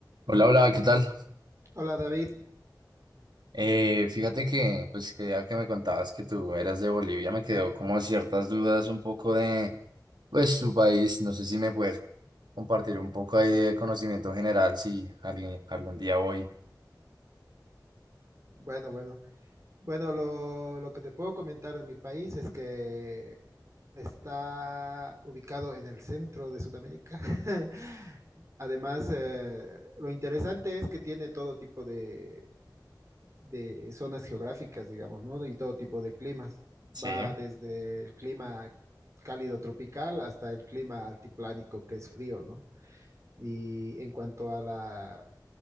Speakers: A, on the right; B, on the right.
A: Hola, hola, ¿qué tal?
B: Hola David,
A: Eh, fíjate que, pues, que ya que me contabas que tú eras de Bolivia, me quedó como ciertas dudas un poco de, pues, tu país. No sé si me puedes compartir un poco ahí de conocimiento general, si alguien, algún día voy.
B: bueno, bueno, bueno, lo, lo que te puedo comentar de mi país es que está ubicado en el centro de Sudamérica. <laughs> Además, eh, lo interesante es que tiene todo tipo de, de zonas geográficas, digamos, ¿no? Y todo tipo de climas. Va
A: Sí,
B: desde el clima cálido tropical hasta el clima altiplánico, que es frío, ¿no? Y en cuanto a la